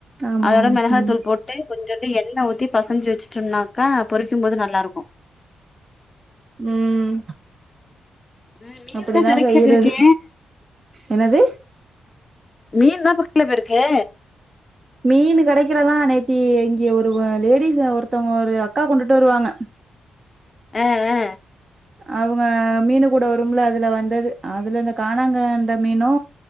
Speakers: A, on the right; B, on the left.
A: ஆமா
B: அதோட
A: ஆமா
B: மெளகா
A: ம்
B: தூள் போட்டு கொஞ்சோண்டு எண்ண ஊத்தி பசஞ்சு வச்சுட் டோனாக்கா பொறிக்கும்போது நல்லா இருக்கூ
A: ம்
B: ம் மீனு
A: அப்டிதா
B: தா கெடக்கில
A: செய்யறது
B: பேருக்கே
A: என்னது
B: மீன் தா இப்ப கெடக்கில பேருக்கே
A: மீனு கெடக்கிலதா நேத்தி இங்க ஒரு லேடிஸ் ஒருத்தவுங்க ஒரு அக்கா கொண்டுட்டு வருவாங்க
B: அ அ
A: அவுங்க மீனு கூட வரும்ல அதுல வந்தது அதுல இந்த காணாங்கெண்ட மீனூ